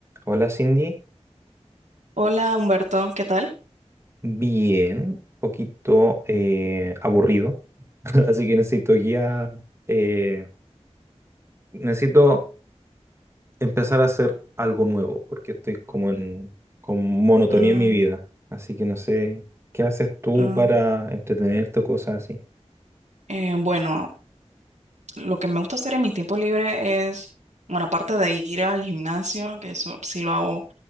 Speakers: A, on the right; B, on the right.
A: Hola Cindy,
B: Hola Humberto, ¿qué tal?
A: bien, poquito eh, aburrido, <laughs> así que necesito guía, eh, necesito empezar a hacer algo nuevo porque estoy como en con monotonía
B: Mm,
A: en mi vida, así que no sé, ¿qué haces tú
B: mm,
A: para entretenerte o cosas así?
B: eh, bueno, lo que me gusta hacer en mi tiempo libre es, bueno, aparte de ir al gimnasio, que eso sí lo hago